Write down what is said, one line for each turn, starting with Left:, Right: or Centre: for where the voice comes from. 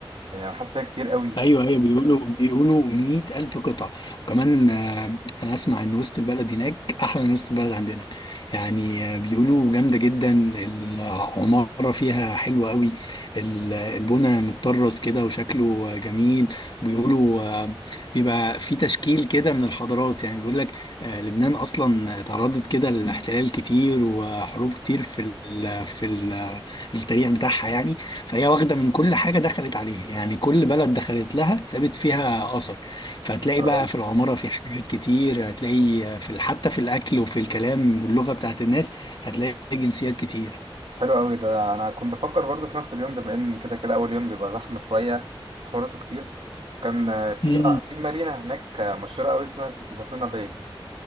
Right: يعني انا حاسس إن هي كتير قوي
Left: ايوه ايوه بيقولوا بيقولوا 100000 ألف قطعة وكمان آه، انا اسمع ان وسط البلد هناك احلى من وسط البلد عندنا يعني آه، بيقولوا جامدة جدا العمارة فيها حلوة قوي ال- البنا متطرز كده وشكله آه، جميل بيقولوا آه، بيبقى في تشكيل كده من الحضارات يعني بيقول لك آه، لبنان اصلا تعرضت كده لاحتلال كتير وحروب كتير في ال في ال التاريخ بتاعها يعني فهي واخدة من كل حاجة دخلت عليها يعني كل بلد دخلت لها سابت فيها أثر فهتلاقي
Right: حلو
Left: بقى
Right: قوي
Left: في العمارة في حاجات كتير هتلاقي في حتى في الأكل وفي الكلام واللغة بتاعت الناس هتلاقي جنسيات كتير
Right: حلو قوي ده انا كنت بفكر برضه في نفس اليوم بما ان كده كده اول يوم بيبقى زحمة شوية حوراته كتير كان آه، في
Left: مم.
Right: في مدينة هناك آه، مشهورة قوي اسمها ز- زيتونة باي